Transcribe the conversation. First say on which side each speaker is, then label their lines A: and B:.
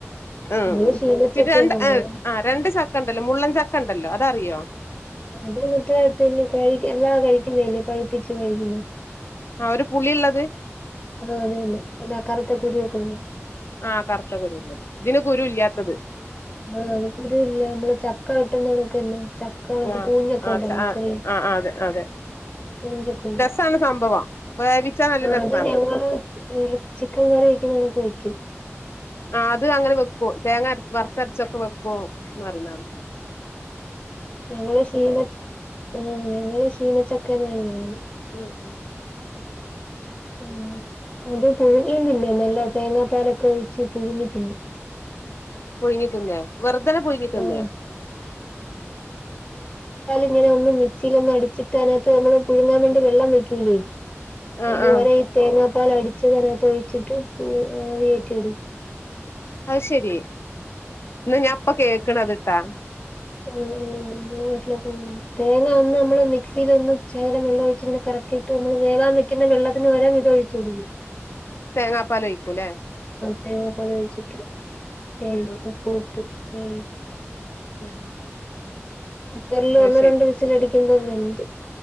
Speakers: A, on the left; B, on the left.
A: ഉ
B: ഞങ്ങള് ശീമച്ചക്കയെന്നാ
A: പിന്നെ രണ്ട്
B: പറയാ
A: ആ രണ്ട് ചക്ക് ക്കണ്ടല്ലോ മുള്ളൻ ചക്കണ്ടല്ലോ അതറിയോ
B: അത് എന്നിട്ട് കഴി എല്ലാ കഴിക്കുന്നല്ലേ പഴുപ്പിച്ചു കഴിക്കുന്ന
A: ആഹ് ഒരു പുളിയുള്ളത്
B: ആഹ് അതന്നെ അല്ല കറുത്ത കുരുവൊക്കെ ഉള്ള
A: ആഹ് കറുത്ത കുരുള്ളത് ഇതിന് കുരു ല്ലാത്തത്
B: ആഹ് അത് കുരു ഇല്ല നമ്മള് ചക്ക പെട്ടന്ന്ക്ക്ന്നെ ചക്ക കണക്ക്
A: ആഹ്
B: പൂഞ്ഞൊക്കെ
A: ആഹ്
B: ഉണ്ടല്ലോ
A: ആഹ്
B: ചെറിയ
A: ആഹ് അതെ അതെ
B: പൂഞ്ചപ്പുഴ
A: രസാണ് സംഭവം വേവിച്ചാ നല്ല രസാണ്
B: അത് ഞങ്ങള് റെ ചിക്കൻ കറി വക്കുന്ന നമക്ക് ഒഴി യ്ക്കും
A: ആ അത് അങ്ങനെ വെക്കുവോ തേങ്ങരവറുത്തരച്ചൊക്കെ വെക്കുവോ ന്നറീ ണാന്
B: ഞങ്ങള ശീമ ആ ഞങ്ങള് ശീ മച്ചക്ക പറയുന്നു
A: ഉ ഉം
B: ഉം അത് പുഴുങ്ങിയും തിന്നും നല്ല തേങ്ങാപ്പാലൊക്കെ ഒഴിച്ച് പുഴുങ്ങി തിന്നു
A: പുഴുങ്ങി തിന്ന വെറുതനെ പുഴുങ്ങി തിന്ന
B: ആഹ് അങ്ങനെ ഒന്ന് മിക്സിൽ ഒന്ന് അടിച്ചിട്ട് അതിനകത്ത് നമ്മള് പുഴുങ്ങാൻ വേണ്ടി വെള്ളം വെക്കൂല്ലേ
A: ആ
B: അതിന്
A: ആ
B: പകരം അതിനകത്ത് ഈ തേങ്ങാപ്പാൽ അടിച്ച അ തിനകത്ത് ഒഴിച്ചിട്ട് വേറ്റിടും
A: അത് ശെരി ന്ന ഞാപ്പ കേക്ക് ണതിട്ടാ
B: ആ ആ നാട്ടിലൊക്കെ അങ്ങനേണ് തേങ്ങ ഒന്ന് നമ്മള മിക്സിൽ ഒന്ന് ച്ചകലം വെള്ള ഒഴിച്ചിെ കറക്കിട്ട് നമ്മൾ വേവാൻ വെക്കുന്ന വെള്ളത്തിന് വരം ഇതൊഴിച്ചു കൊടുക്കൂ
A: തേങ്ങാപ്പാല് ഒഴിക്കൂല്ലേ
B: തേങ്ങ പാലൊഴിച്ചിട്ട് ഏ
A: ഉം
B: ഉപ്പും ഇട്ട് ഏയ്
A: ഉം
B: കുക്കറിൽ
A: അത്
B: ഒന്ന് രണ്ട്‌ വിസിലടിക്കുമ്പോ വെന്തു